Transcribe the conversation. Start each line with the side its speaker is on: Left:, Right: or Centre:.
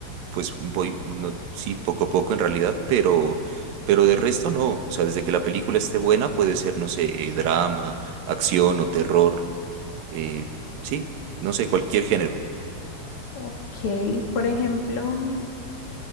Right: pues voy, no- sí, poco a poco en realidad, pero, pero de resto no. O sea, desde que la película esté buena, puede ser, no sé, eh, drama, acción o terror. eh, sí, no sé, cualquier género.
Left: Ok, por ejemplo, mm,